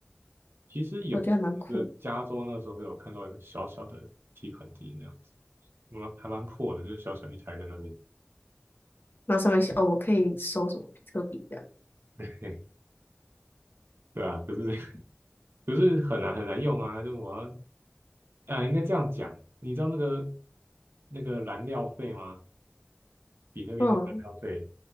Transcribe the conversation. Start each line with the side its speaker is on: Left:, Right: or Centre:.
Right: 其实有一个加州那时候有看到一个小小的提款机那样子，
Left: 我觉得还蛮酷的。
Right: 蛮还蛮破的，就是小小一台在那边。
Left: 然后上面写哦，我可以收什么比特币这样。
Right: <laughs> 对啊，可是不是很难很难用啊，就我要啊，应该这样讲，你知道那个那个燃料费吗？比特币的燃料费，
Left: 嗯